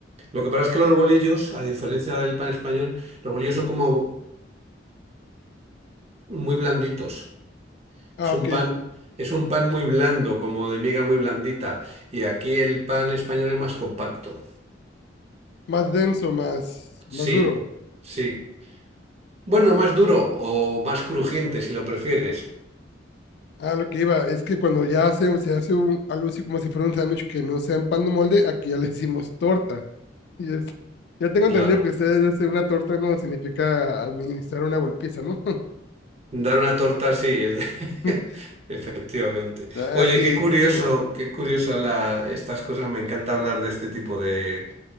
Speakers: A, on the right (about 35°); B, on the left (about 60°).
A: Lo que pasa es que los bolillos, a diferencia del pan español, los bolillos son como muy blanditos.
B: ah,
A: Es
B: ok,
A: un pan, es un pan muy blando, como de miga muy blandita. Y aquí el pan español es más compacto.
B: más denso, más, más
A: Sí,
B: duro.
A: sí. Bueno, más duro o más crujiente si lo prefieres.
B: Ah, lo que iba, es que cuando ya hace, se hace un- algo así como si fuera un sándwich que no sea en pan de molde, aquí ya le decimos torta. Y es, ya tengo entendido
A: Claro.
B: que ustedes dicen una torta no significa administrar una golpiza, ¿no?
A: Dar una torta sí es de...
B: <laughs>
A: <laughs> Efectivamente.
B: Ah,
A: Oye,
B: Aquí,
A: qué curioso,
B: dime,
A: qué curioso la, estas cosas. Me encanta hablar de este tipo de,